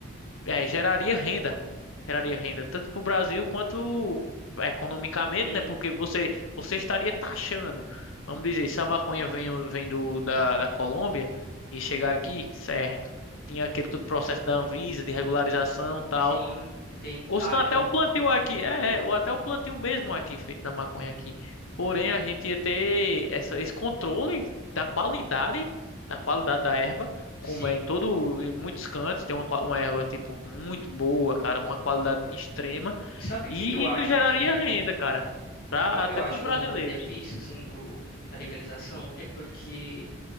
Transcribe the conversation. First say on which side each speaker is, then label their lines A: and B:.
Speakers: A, on the left (about 70°); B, on the left (about 45°).
A: é, geraria renda. Geraria renda tanto para o Brasil quanto economicamente,
B: com.
A: né? Porque você, você estaria taxando. Vamos dizer, se a maconha vem, vem do, da, da Colômbia e chegar aqui, certo. Tinha aquele todo processo da Anvisa, de regularização e tal.
B: Sim, tem
A: Ou
B: taxa,
A: senão até
B: né?
A: o plantio aqui, é, é, ou até o plantio mesmo aqui, feito na maconha aqui. Porém, a gente ia ter essa, esse controle da qualidade, da qualidade da erva, como
B: Sim.
A: é em todo, em muitos cantos, tem uma, qua- uma erva, tipo, muito boa, cara, uma qualidade extrema,
B: Sabe o
A: e
B: que que eu acho
A: isso geraria
B: que.
A: renda, cara, pra,
B: Sabe o que
A: até
B: eu acho
A: pros brasileiros.
B: uma- um benefício, assim, do, da legalização? É porque,